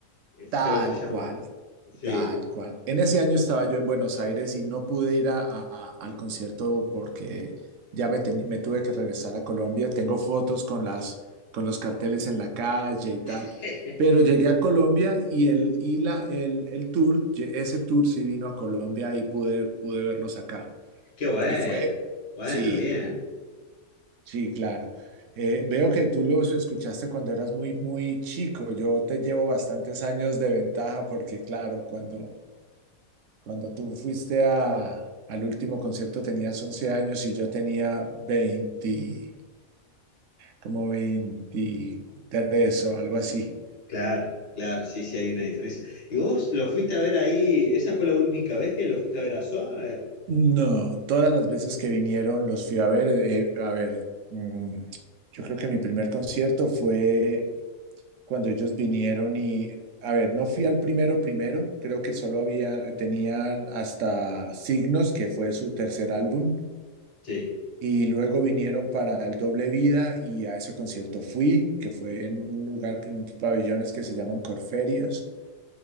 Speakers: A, on the left; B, on the right.
A: Es-
B: Tal
A: creo que se llamó.
B: cual.
A: Sí.
B: Tal cual. En ese año estaba yo en Buenos Aires y no pude ir a- a- al concierto porque ya me, teni- me tuve que regresar a Colombia. Tengo fotos con las, con los carteles en la calle y tal.
A: <laughs>
B: Pero llegué a Colombia y el, y la, el, el tour, ye- ese tour sí vino a Colombia y pude, pude verlos acá.
A: Qué bueno.
B: Y fue,
A: Bueno,
B: sí,
A: bien.
B: claro, sí, claro. Eh, veo que tú los escuchaste cuando eras muy, muy chico. Yo te llevo bastantes años de ventaja porque, claro, cuando... Cuando tú fuiste a, al último concierto tenías 11 años y yo tenía 20 como 23 o algo así.
A: Claro, claro, sí, sí hay una diferencia. ¿Y vos lo fuiste a ver ahí? ¿Esa fue la única vez que lo fuiste a ver a SOA? Eh,
B: No, todas las veces que vinieron los fui a ver. eh, a ver, mm, yo creo que mi primer concierto fue cuando ellos vinieron y, a ver, no fui al primero primero, creo que solo había, tenían hasta Signos, que fue su tercer álbum.
A: Sí.
B: Y luego vinieron para el Doble Vida y a ese concierto fui, que fue en un lugar, en unos pabellones que se llaman Corferias.